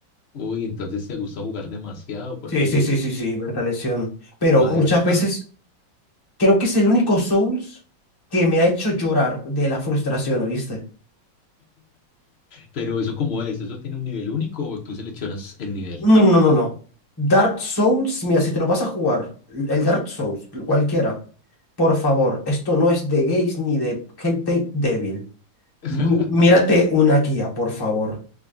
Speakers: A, on the left; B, on the left.
A: Uy, entonces te gusta jugar demasiado porque,
B: Sí, sí, sí, sí, sí, Berta Lesión. Pero
A: madre,
B: muchas
A: <laughs>
B: veces creo que es el único Souls que me ha hecho llorar de la frustración, ¿oíste?
A: pero eso cómo es, ¿eso tiene un nivel único o tú seleccionas el nivel?
B: No, no, no, no. Dark Souls, mira, si te lo vas a jugar, el Dark Souls, cualquiera, por favor, esto no es de gays ni de gente débil.
A: <laughs>
B: Mi- mírate una guía, por favor.